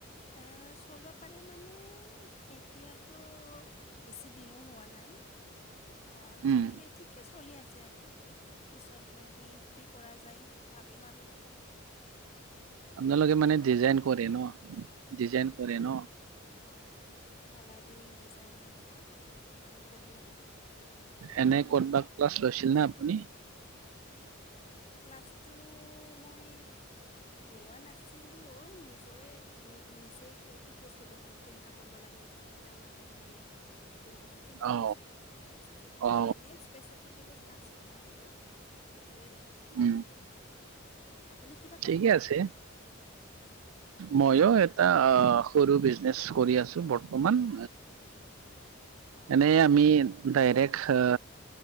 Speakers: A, on the left; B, on the right.
A: এ চলবা পাৰে মানে এতিয়া টো, বেছি দিনো হোৱা নাই, আহ
B: উম
A: ঠিকে ঠিকে চ চলি আছে আৰু পিছত লগি কি কৰা যায় ভাবিম আৰু।
B: আপোনালোকে
A: এনেকুৱা
B: মানে ডিজাইন
A: আৰু
B: কৰে ন', ডিজাইন কৰে ন'?
A: অ', কালাৰিং, ডিজাইন এনেকা আমি কৰোঁ আৰু।
B: এনে কৰবাত ক্লাছ লৈছিল নে আপুনি?
A: ক্লাছটো মই লোৱা নাছিলো নিজৰে, নিজেই শিকিছিলোঁ মানে কেনেকা কৰবা লাগে। <unintelligible> সেইটো অলপমান শিকি
B: অ
A: লৈছিলো মই ক্লাচটো
B: অ
A: এনেইে স্পেচিফিক কেলে ক্লাছ লোৱা নাই আৰু সেইটোৱে আৰু।
B: উম।
A: আপুনি কিবা
B: ঠিকে
A: কাম কৰে
B: আছে
A: নেকি?
B: মইও এটা সৰু বিজনেছ কৰি আছো বৰ্তমান।
A: অঁ
B: এনে আমি ডাইৰেক্ট